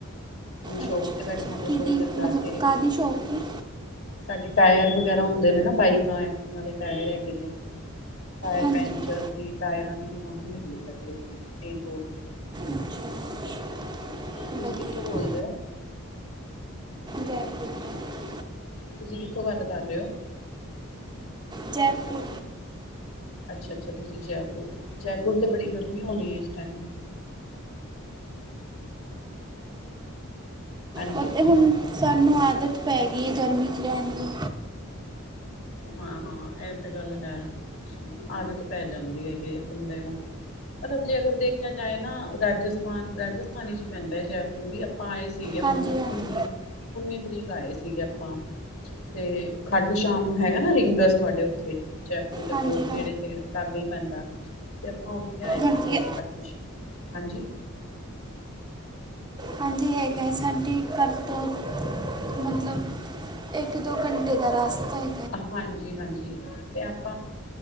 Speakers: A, on the left; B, on the right.
A: ਹੁਣ ਸ਼ੋਕ
B: ਅੱਛਾ
A: ਤੇ ਬੈਠਾਂਗੇ
B: ਅੱਛਾ ਕਿਹਦੀ
A: ਥੋੜ੍ਹੀ ਦੇਰ ਜਾ
B: ਮਤਲਬ
A: ਕੇ।
B: ਕਾਹਦੀ ਸ਼ੌਪ 'ਤੇ
A: ਸਾਡੇ ਟਾਇਰ ਵਗੈਰਾ ਹੁੰਦੇ ਨੇ ਨਾ ਬਾਈਕਾਂ ਐਕਟੀਵਾ ਦੇ ਟਾਇਰ ਹੈਗੇ ਨੇ, ਟਾਇਰ
B: ਹਾਂਜੀ
A: ਪੈਂਚਰ ਦੀ ਟਾਇਰਾਂ ਦੀ ਦੁਕਾਨ ਹੈਗੀ ਹੈ ਸਾਡੀ ਆਪਣੀ ਮੇਨ ਰੋਡ ਤੇ,
B: ਅੱਛਾ
A: ਤੁਸੀਂ
B: ਵਧੀਆ
A: ਕਿੱਥੋਂ ਬੋਲਦੇ ਹੋ।
B: ਜੈਪੁਰ। ਤੋਂ
A: ਤੁਸੀਂ ਕਿੱਥੋਂ ਗੱਲ ਕਰ ਰਹੇ ਓ।
B: ਜੈਪੁਰ।
A: ਅੱਛਾ- ਅੱਛਾ ਤੁਸੀਂ ਜੈਪੁਰ, ਜੈਪੁਰ ਤੇ ਬੜੀ ਗਰਮੀ ਹੋਣੀ ਏ, ਇਸ ਟੈਮ। ਹਾਂਜੀ
B: ਉਹ ਤੇ ਹੁਣ, ਸਾਨੂੰ ਆਦਤ ਪੈ ਗਈ, ਗਰਮੀ 'ਚ ਰਹਿਣ ਦੀ।
A: ਹਾਂ -ਹਾਂ, ਐਹ ਤੇ ਗੱਲ ਹੈ। ਆਦਤ ਪੈ ਜਾਂਦੀ ਹੈਗੀ ਏ ਬੰਦੇ ਨੂੰ। ਮਤਲਬ ਜੇ ਅਗਰ ਦੇਖਿਆ ਜਾਏ ਨਾ ਰਾਜਸਥਾਨ, ਰਾਜਸਥਾਨੀ 'ਚ ਹੀ ਪੈਂਦਾ ਏ ਜੈਪੁਰ। ਹੁਣ ਵੀ ਆਪਾਂ ਆਏ ਸੀਗੇ
B: ਹਾਂਜੀ
A: ਹੁਣ,
B: ਹਾਂਜੀ
A: ਉੱਨੀ, ਉੱਨੀ ਤਰੀਕ ਆਏ ਸੀਗੇ ਆਪਾਂ। ਤੇ ਖਾਟੂ ਸ਼ਾਮ ਹੈਗਾ ਨਾ ਰਿੰਗਡਸ ਤੁਹਾਡੇ ਉੱਥੇ, ਜੈਪੁਰ ਦੇ
B: ਹਾਂਜੀ
A: ਕੋਲ, ਨੇੜੇ
B: ਹਾਂਜੀ
A: ਤੇੜੇ ਲਾਗੇ ਹੀ ਪੈਂਦਾ। ਤੇ ਆਪਾਂ ਉੱਥੇ ਆਏ
B: ਹਾਂਜੀ
A: ਸੀਗੇ ਖਾਟੂ ਸ਼ਾਮ, ਹਾਂਜੀ।
B: ਹਾਂਜੀ। ਜੀ ਹੈਗਾ ਏ, ਸਾਡੇ ਘਰ ਤੋਂ, ਮਤਲਬ। ਇੱਕ- ਦੋ ਘੰਟੇ ਦਾ ਰਾਸਤਾ ਐ।
A: ਹਾਂਜੀ -ਹਾਂਜੀ, ਤੇ ਆਪਾਂ।